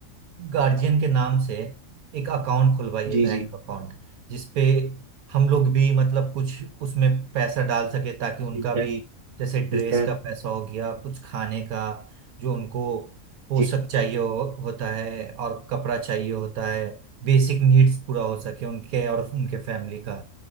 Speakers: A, on the right (about 75°); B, on the right (about 55°).
A: गार्जियन के नाम से एक अकाउंट खुलवाइए
B: जी
A: बैंक
B: जी
A: अकाउंट जिसपे हम लोग भी मतलब कुछ उसमें पैसा डाल सके ताकि उनका
B: ठीक
A: भी
B: है
A: जैसे
B: ठीक
A: ड्रेस
B: है
A: का पैसा हो गया कुछ खाने का जो उनको पोशाक
B: जी
A: चाहिए हो, होता है और कपड़ा चाहिए होता है बेसिक नीड्स पूरा हो सके उनके और उनके फैमिली का